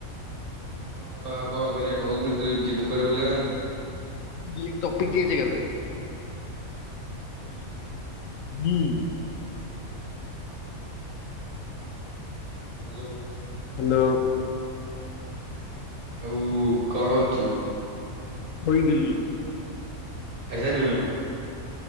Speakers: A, on the right; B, on the left.
A: ହଁ, ଆଉ କଣ କରିବା କହୁନୁ, ତୁ ଯିବୁ କୁଆ ବୁଲିଆକୁ ଜାଣିଛୁ?
B: ଇଏ ଟପିକ୍ ଚେଞ୍ଜ କରିଦେବେ।
A: ହୁଁ।
B: ହୁଁ।
A: ହ୍ୟାଲୋ!
B: ହ୍ୟାଲୋ!
A: ଆଉ କଣ କରୁଚୁ?
B: ବଇ ଦିଲି।
A: ଖାଇସାଲୁନୁ?